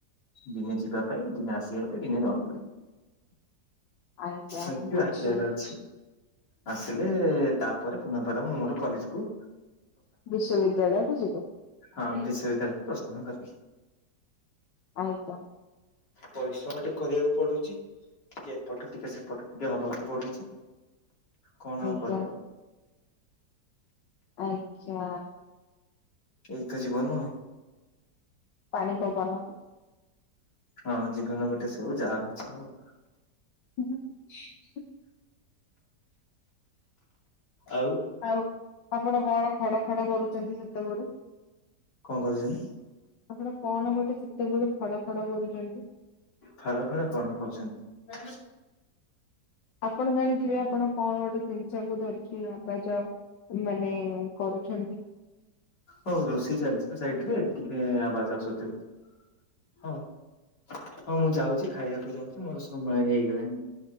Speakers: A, on the left; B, on the left.
A: ଦିନେ ଯିବା ପାଇଁ, ଦିନେ ଆସିବା ପାଇଁ, ଦିନେ ରହିବି।
B: ଆଜ୍ଞା
A: ଆଜି
B: ବୁଝିଲି
A: ଆସିବାର <inaudible> <unintelligible> ଆସିଲେ, ତାପରେ ପୁନର୍ବାର ମୁଁ ମୋର କଲେଜ କୁ
B: ବିଶ୍ୱବିଦ୍ୟାଳୟ କୁ ଯିବ।
A: ହଁ ବିଶ୍ୱବିଦ୍ୟାଳୟ କୁ ପ୍ରସ୍ତନ କରିବି।
B: ଆଜ୍ଞା! <unintelligible>
A: ପରିଶ୍ରମ ଟିକେ କରିବାକୁ ପଡୁଛି। ଟିକେ ଏପଟ, ଟିକେ ସେପଟ, ଟିକେ ହବାକୁ ପଡୁଛି। କଣ ଆଉ
B: ଆଜ୍ଞା
A: କରିଵା।
B: ଆଚ୍ଛା।
A: ଏଇ ତ ଜୀବନ।
B: ପାଣି ପବନ।
A: ହଁ ଜୀବନ ଗୋଟେ ସବୁ, ଯାହା ହଉଛି ହଉ।
B: ହୁଁ।
A: ଆଉ
B: ଆଉ, ଆପଣ କଣ ଖଡ ଖଡ କରୁଛନ୍ତି? ସେତେବେଳୁ।
A: କଣ କରୁଛନ୍ତି?
B: ଆପଣ କଣ ଗୋଟେ ସେତେବେଳେୁ ଫଡ ଫଡ କରୁଛନ୍ତି?
A: ଫର ଫର କଣ ହଉଛନ୍ତି?
B: ଆପଣ ଜାଣିଥିବେ, ଆପଣ କଣ ଗୋଟେ ଜିନିଷ କୁ ଧରିକି ଆବାଜ ମାନେ, କରୁଛନ୍ତି।
A: ହଉ ରୋଷେଇ ଚାଲିଛି ସାଇଡ ରେ, ଟିକେ ଆବାଜ। ଆସୁଥିବ। ହଁ। ହଁ ମୁଁ ଯାଉଛି ଖାଇବାକୁ ଯାଉଛି। ମୋର ସମୟ ହେଇଗଲାଣି।